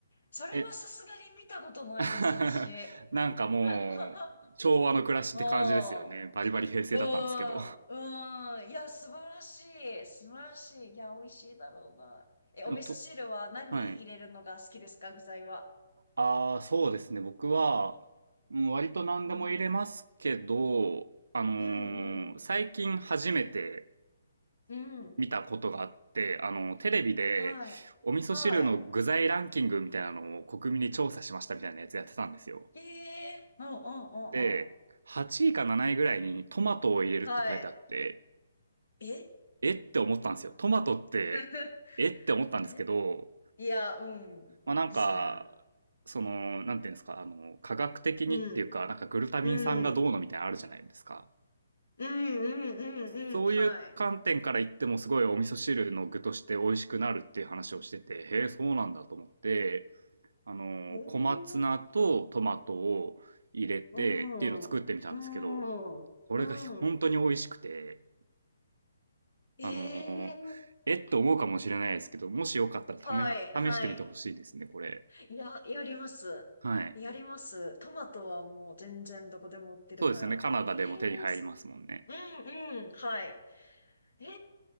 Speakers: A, on the left; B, on the right.
A: それはさすがに見たことないです、
B: え、<laughs>
A: 私。
B: なんかもう、
A: あ
B: 昭和の暮らしって感じですよね。
A: の、
B: バリバリ平成だったんですけど。
A: うん、うん、うん。いや、素晴らしい。素晴らしい。いや、美味しいだろうな。
B: <laughs>
A: え、
B: でもと
A: お味噌汁は何入れるのが好きですか、
B: はい。
A: 具材は。
B: ああ、そうですね。僕は、うん割と何でも入れますけど、
A: うん。
B: あのー最近初めて
A: うん、うん。うん。
B: 見たことがあって、あの、テレビで、
A: はい。
B: お味噌汁の具材ランキングみたいなのを国民に調査しましたみたいなやつやってたんですよ。
A: はい。へえ。うん、うん、うん、
B: で、
A: うん。
B: 8位か7位ぐらいにトマトを入れるって書いてあって、
A: はい。え
B: えって思ったんですよ。トマトって、
A: <laughs>
B: えって思ったんですけど、
A: えいや、うん。
B: まあなんか、
A: ですね。
B: その、なんていうんですか、あの、科学的にっていうか、
A: うん。
B: なんかグルタミン酸がどうのみたいなのあるじゃないですか。
A: うん。うん、うん、うん、
B: そういう観点から言ってもすごいお味噌汁の具として美味しくなるっていう話をしてて、
A: うん。はい。
B: へえ、そうなんだと思って、あの、
A: えー、
B: 小松菜とトマトを入れてっていうのを作ってみたんですけど、
A: うん、うん、
B: それが本当に美味しくて、
A: うん。え
B: あの、
A: ー、
B: えっと思うかもしれないですけど、もしよかったら試、
A: はい、はい。
B: 試してみてほしいですね、これ。
A: いや、やります。
B: はい。
A: やります。トマトはもう全然どこでも売ってるから。
B: そうですよね。カナダでも手に入りますもんね。
A: えー、すうん、うん、はい。えー、